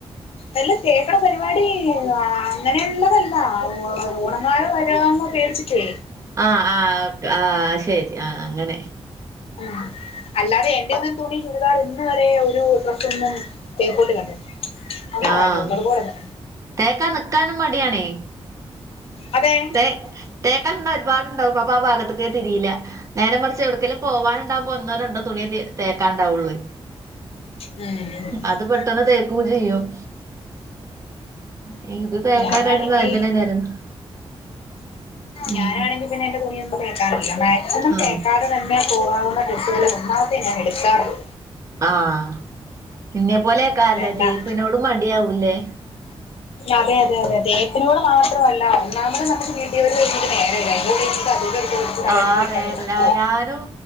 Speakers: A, on the left; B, on the right.
A: അല്ല തേക്ക്ണ പരിപാടി അ അങ്ങനെള്ളതല്ല ഉ ഉണങ്ങാന്ന് പീർച്ചിട്ട്
B: ആഹ് ആ കെ ആഹ ശരി ആ അങ്ങനെ-
A: ആഹ് അല്ലാതെ എന്റെ ഒന്നും തുണി ചുരിദാർ ഇന്ന് വരെ ഒരു ഡ്രസ്സ ഒന്നും തേപ്പോട്ടി കണ്ടില്ല. അത
B: ആഹ്
A: കാര്യം ഒള്ളത് പോലെന്നെ.
B: തേക്കാൻ നിക്കാനും മടിയാണേ.
A: അതെ
B: തേ തേക്കൻ നിന്ന ഒരുപാടുണ്ടാവും അപ്പൊ ആ ഭാഗത്തൊക്ക തിരിയില്ല. നേരെ മറിച്ച് എവിടക്കലും പോവാനണ്ടാവുമ്പോ ഒന്നോരണ്ടോ തുണിയ തേക്കാൻണ്ടാവുള്ളു
A: ഉം
B: അത് പെട്ടെന്ന് തേകൊക്കെ ചെയ്യും. ഉ ഇത് തേക്കാനായിട്ട്അതിന്
A: ഞാനാണെങ്കി
B: നേരം. ഉം
A: ഞാനാണെങ്കി പിന്നെ എന്റെ തുണിയൊന്നും തേക്കാറില്ല മാക്സിമം
B: ആഹ്
A: തേക്കാതെ തന്നെ ങ്ങെ പോകാവുന്ന ഡ്രസ്സുകൾ ഒന്നാമത്തെ ഞാൻ എടുക്കാറുള്ള.
B: ആഹ് എന്നെ പോലെയക്കാല്ലത്തേപ്പന്നോട
A: രണ്ടാ
B: മടിയാവൂല്ലേ?
A: അതെ അതെ അതെ തേപ്പിനോട് മാത്രമല്ല ഒന്നാമ്മത് നമക്ക് വീട്ട് ജോലി കഴിഞ്ഞിട്ട് നേരല്യ അയ്ന്റെ കൂടെ <unintelligible>
B: ആഹ്
A: വെക്കാണ്ട്
B: നേര്
A: കുഴപ്പമില്ല
B: ന ഞാനും